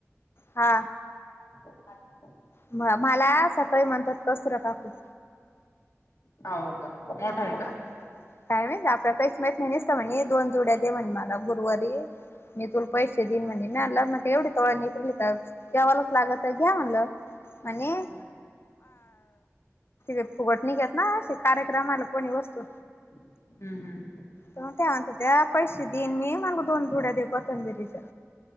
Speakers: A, on the left; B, on the left.
A: हा
B: अ
A: म मला सकाळी म्हणतात कसर का खूप
B: हो का मोठा आहे
A: हा
B: का?
A: काय मा आपला काहीच माहीत नाही नसत म्हणे दोन जुड्या दे म्हण मला गुरुवारी मी तुला पैसे दिईन म्हणजे मलं मग एवढी तोळ निघूनली तर तेवा्हालाच लागत घ्या म्हणलं. म्हजे
B: हम्म
A: त फुगटणी घेत ना कार्यक्रम आला. कोणी वस्तू
B: हम्म हम्
A: त त्या म्हणत त्या पैसे देईन मी मग दोन जुड्या दे प तंजरीच्या